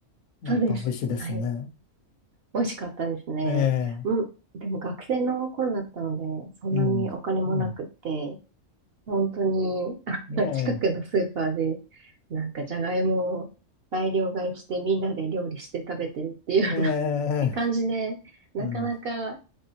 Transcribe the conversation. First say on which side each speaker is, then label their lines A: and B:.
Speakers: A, on the left (about 75°); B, on the right (about 60°).
A: なんか美味しいですね。
B: そうです。はい。美味しかったですね。
A: ええ
B: うん。でも学生の頃だったので、そんなにお金もなくって、
A: うん、うん、
B: 本当に、あの、
A: え
B: 近くのスーパーで、なんかじゃがいもを大量買いしてみんなで料理して食べてるっていうような
A: えええ
B: <laughs> 感じで、なかなか
A: うん、